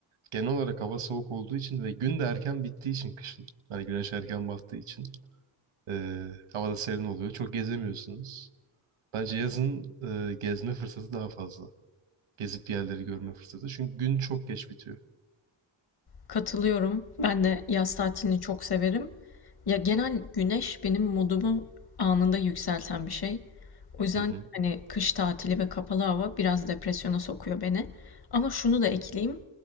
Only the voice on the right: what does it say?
genel olarak hava soğuk olduğu için ve gün de erken bittiği için kışın. Hani güneş erken battığı için e, hava da serin oluyor. Çok gezemiyorsunuz. Bence yazın e, gezme fırsatı daha fazla. Gezip bir yerleri görme fırsatı. Çünkü gün çok geç bitiyor.
Hı hı.